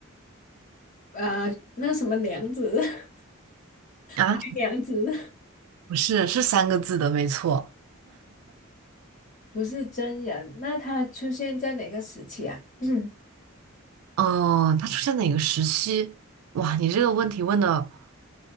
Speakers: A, on the left; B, on the right.
A: 呃，那个什么娘子，<laughs>
B: 啊，
A: 白娘子。
B: 不是，是三个字的，没错。
A: 不是真人，那他出现在哪个时期啊？嗯，
B: 嗯、它出现哪个时期？哇，你这个问题问的，